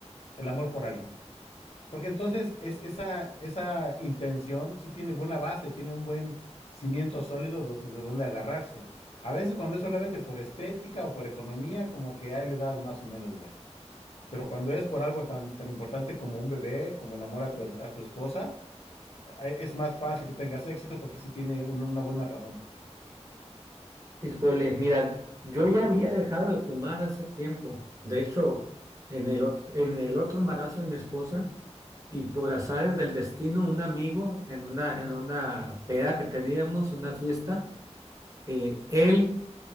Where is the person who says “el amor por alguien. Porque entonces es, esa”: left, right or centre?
Left